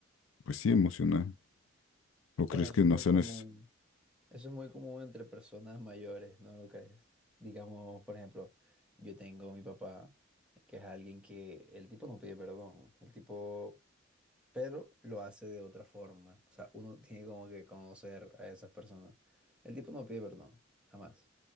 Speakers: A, on the left; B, in the centre.
A: pues sí, emocional. ¿O
B: Bueno,
A: crees
B: eso
A: que
B: es
A: no
B: muy
A: sean
B: común.
A: es
B: Eso es muy común entre personas mayores, ¿no lo crees? Digamos, por ejemplo, yo tengo a mi papá, que es alguien que el tipo no pide perdón, el tipo, pero lo hace de otra forma. O sea, uno tiene como que conocer a esas personas. El tipo no pide perdón, jamás.